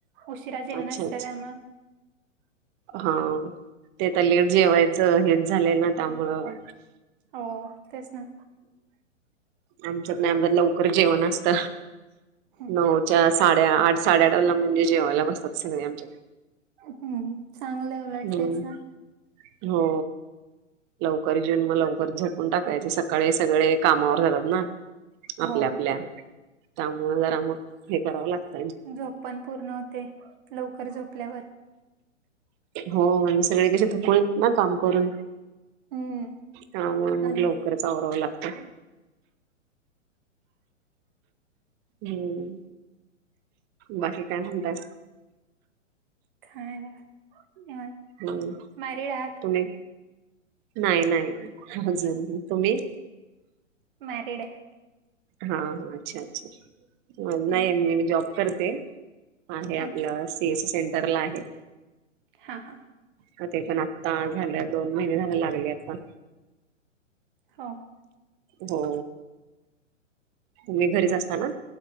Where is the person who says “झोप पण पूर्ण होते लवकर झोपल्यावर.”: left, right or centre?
Right